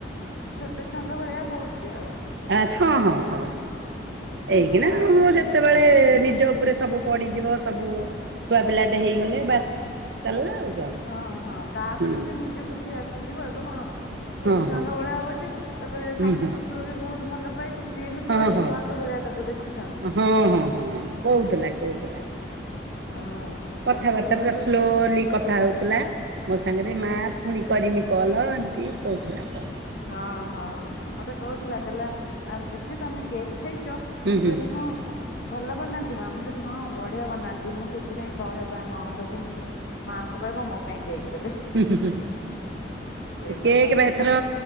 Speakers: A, on the left (about 65°); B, on the right (about 70°).
A: ଛୋଟୋ ଛୁଆଙ୍କ ଭଳିଆ ହୋଉଛି ଆଉ।
B: ଆଛା ହଁ ହଁ ହଁ ଏଇକିନା
A: ପୁରା ଛୋଟ
B: ମୁଁ
A: ଛୁଆଙ୍କ
B: ଯେତେବେଳେ
A: ଭଳିଆ ହଉଛି।
B: ନିଜ ଉପରେ ସବୁ ପଡିଯିବ ସବୁ ଛୁଆ ପିଲାଟେ ହେଇଗଲେ ବାସ୍ ଚାଲିଲା ଆଉ। କଣ।
A: ହଁ ହଁ ତାପରେ
B: ହୁଁ
A: ସେ ନିଜ ବୁଦ୍ଧି ଆସିଯିବ ଏବେ କଣ ଛୋଟୋ
B: ହଁ
A: ଛୁଆଙ୍କ
B: ହଁ
A: ଭଳିଆ ହୋଉଚି ତାପରେ
B: ହୁଁ
A: ଶାଶୁ
B: ହୁଁ
A: ଶଶୁର ବି ବୋହୁତ ଭଲ ପାଇ ଯେ ସିଏ ବି
B: ହଁ
A: ପୁରା
B: ହଁ।
A: ଛୁଆଙ୍କ ଭଳିଆ ତାକୁ ଦେଖୁଛନ୍ତି।
B: ହଁ ହଁ ହଁ କହୁଥିଲା କହୁଥିଲା
A: ହଁ ଶାଶୁ
B: କଥାବାର୍ତ୍ତା
A: ଶଶୁର
B: ପୁରା ସ୍ଲୋଲି କଥା ହଉଥିଲା। ମୋ ସାଙ୍ଗେରେ ମାଆ ଫୁଣି କରିମି କଲ ଏମିତି କୋହୁଥିଲା ସବୁ।
A: ହଁ ହଁ ମତେ କୋହୁଥିଲା କହିଲା ଆଉ ଦିଦି ତମେ କେକ୍ ଖାଇଚ।
B: ହୁଁ
A: ମୁଁ
B: ହୁଁ
A: କହିଲି ହଁ ଭଲ ବନାନ୍ତି ମା ମୁଁ କହିଲି ହଁ ବଢିଆ ବନା ନ୍ତି ମୁଁ ସେଥିପାଇଁ କହେବା ନଣନ୍ଦକୁ ମାଆଙ୍କୁ କହିବ ମୋ ପାଇଁ କେକ୍ ଦେବେ।
B: ହୁଁ ହୁଁ ହୁଁ।
A: ସେଇଟା
B: କେକ୍
A: କହିବା
B: ବା ଏଥର